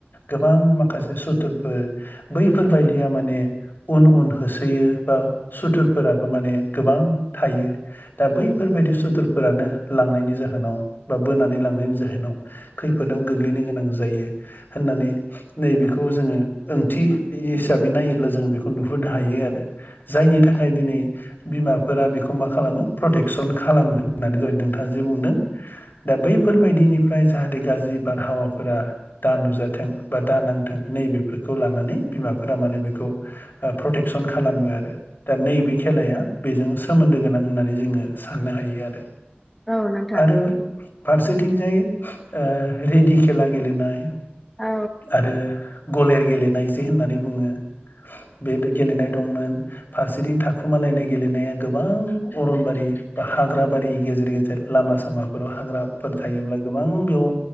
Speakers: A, on the left; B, in the centre.
A: गोबां माखासे सुथुरफोर बैफोरबायदिया माने उन उन होसोयो बा सुथुरफोराबो माने गोबां थायो दा बैफोरबायाददि सुथुरफोरानो लांनायनि जाहोनाव बा बोनानै लां नायनि जोनाव खैफोदाव गोग्लैनो गोनां जायो होननानै बेखौ जोङो ओंथि हिसाबै नायोब्ला जों बेखौ नुहुरनो हायो आरो। जायनि थाखाय दिनै बिमाफोरा बेखौ मा खालामो प्रटेकसन खालामो। होननानै द नोंथाङा जे बुंदों दा बैफोरबायदिनिफ्राय जाहाथे गाज्रि बारहावाफोरा दा नुजाथों बा दा नांथों नै बेफोरखौ लानानै बिमाफोरा माने बेखौ प्रटेकसन खालामो आरो। दा नैबे खेलाया बेजों सोमोन्दो गोनां होननानै जोङो साननो हायो आरो
B: औ नोंथां।
A: आरो फारसेथिंजाय ओ रेडि खेला गेलेनाय।
B: औ।
A: आरो गलेर गेलेनाय जे होननानै बुङो बेदो गेलेनाय दंमोन। फारसेथिं थाखुमालायनाय गेलेनाया गोबां अरनबारि बा हाग्राबारि गेजेर-गेजेर। लामा सामाफोराव हाग्राफोर थायोब्ला गोबां बेयाव